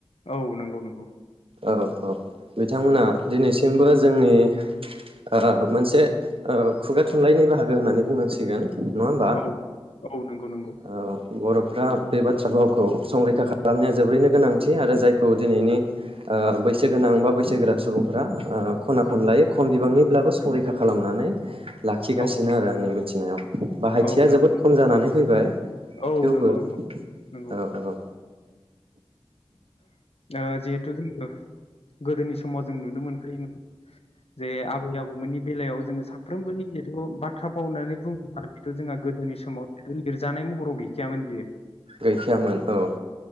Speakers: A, on the left; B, on the right.
A: औ नंगौ नंगौ
B: औ औ बिथांमोना दिनैसिमबो जोंनि आ मोनसे खुगा थुनलाइनि बाहागो होननानै बुंनांसिगोन नङा होमबा
A: औ औ नंगौ नंगौ
B: ओ बर'फ्रा बे बाथ्रा भावखौ संरैखा खालामनाया जोबोरैनो गोनांथि आरो जायखौ दिनैनि ओ बैसोगोनां बा बैसोगोर सुबुंफ्रा खना खनलायै खम बिबांनिब्लाबो संरैखा खालामनानै लाखिगासिनो
A: औ
B: आरो आंनि <unintelligible> बाहायथिया
A: औ नों-
B: जोबोद खम जानानै फैबाय
A: औ
B: थेवबो
A: नंगौ नंगौ नंगौ
B: औ औ
A: ओ जिहेतु जों गोदोनि समाव जों नुनो मोनखायोमोन जे आबै आबौमोननि बेलायाव जोङो साफ्रोमबोनि जिहेथु बाथ्रा बावनानै बुङोब्ला बेथ' जोंहा गोदोनि समाव लिरजानाय महराव गैखायामोन बियो
B: गैखायामोन औ